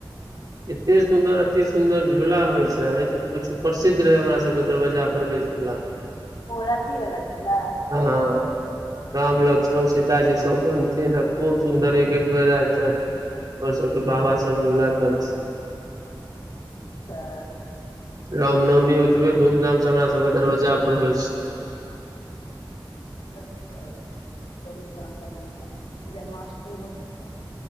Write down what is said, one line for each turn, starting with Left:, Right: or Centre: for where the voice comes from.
Right: एते सुन्दर अति सुंन्दर झूला होइ छै जे पूछ प्रसिद्ध रहे हमरा सब सबके दरबजा फर भेज दिया।
Left: ओ रशी बला छिला।
Right: हँ राम लक्ष्मण सीताजी
Left: अच्छा
Right: सब बनथि ने खूब सुन्दर एक एक बेर आइ तक और सबके बाबा सब झूला करथि।
Left: अच्छा
Right: रामनवमी ओतबे धूमधाम से हमरा सबके दरवजा पर होइ छै।
Left: <unintelligible> अच्छा चोली तान त बनआ है जन्माष्टमी हो ज